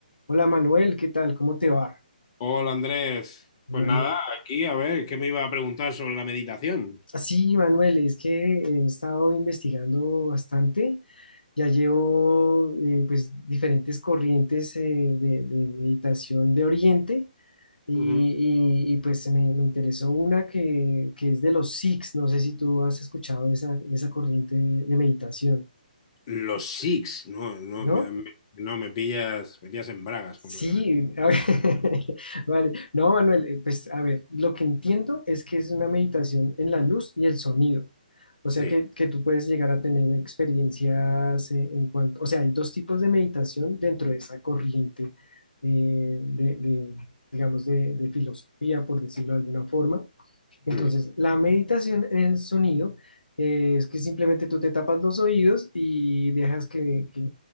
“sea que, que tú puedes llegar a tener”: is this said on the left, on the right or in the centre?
Left